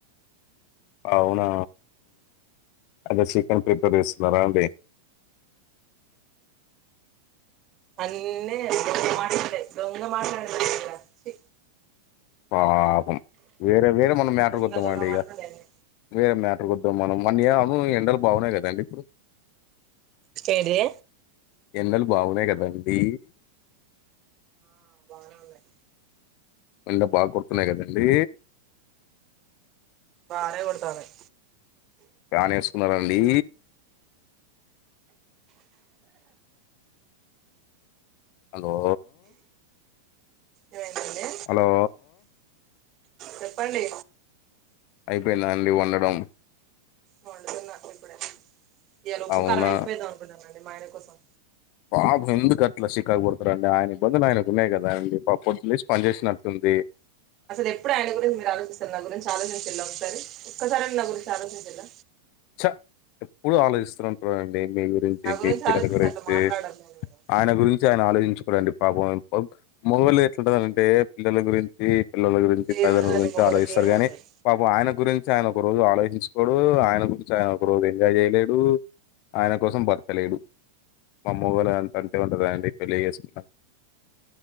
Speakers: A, on the left (about 40°); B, on the right (about 25°).
A: ఆవునా అ చికెన్ ప్రిపేర్ చేస్తున్నరండి <inaudible>
B: అన్ని దొంగ మాటలే దొంగ మాట్లాలేండి చీ
A: పాపం వేరే వేరే మనం మ్యాటర్
B: దొంగ
A: విధం
B: దొంగ
A: అండి ఇక
B: మాట్లాడే అన్నీ.
A: వేరే మ్యాటర్ ద్దాం మనం అన్నయా అ ఎండలు బాగున్నాయి కదండి ఇప్పుడు
B: ఏడిది
A: ఎండలు బాగున్నాయి కదండి
B: ఆ బానే ఉనాయి
A: ఎండలు బాగా కొడుతున్నాయి కదండీ
B: బానే కొడతన్నాయి
A: ఫ్యాన్ వేసుకున్నండి హలో
B: ఏమైందండి
A: హలో
B: చెప్పండి
A: అయిపోయిందా అండి వండడం
B: వండుతున్న ఇప్పుడే ఇళ ఉప్పుకారం
A: అవునా
B: ఎక్కువేస అనుకుంటున్నానండి మా ఆయన కోసం
A: పాప ఎందుకు అట్లా షికాకు పతారురండి ఆయన ఇబ్బందులు ఆయనకు ఉన్నాయి కదా అండి పా పడుసి పనీ చేసినట్టుతుంది
B: అసలు ఎప్పుడు ఆయన గురించి మీరు ఆలోచిస్తారు నా గురించి ఆలోచించా ఒకసారి ఒకసరైన నా గురి ఆలోచిన్నచీర
A: చ ఎప్పుడు ఆలోచిస్తారంటుడి మీ గురించి
B: నా
A: మీ పిల్లల
B: ఆలోచిస్తే
A: గురించి
B: అట్లా మాట్లాడరు నేను మేడం
A: ఆయన గురించీ ఆయన ఆలోచించుకోడండి పాపం మొగళ్ళు ఎట్లాంటంటే పిల్లల గురించి పిల్లల గురించి తల్లిదండ్రులగురించి
B: ఏముండదండి మొగలకి
A: ఆలోచిస్తారు
B: ఏముండదు
A: కానీ పాపం ఆయన గురించి ఆయన ఒక రోజు ఆలోచించుకోవడు ఆయన గు న ఒక రోజు ఎంజాయ్ చేయలేడు ఆయన కోసం బతకలేడు మె మొగుళ్ళు అంతంటే ఉండదాని పెళ్లి చేస్తున్నా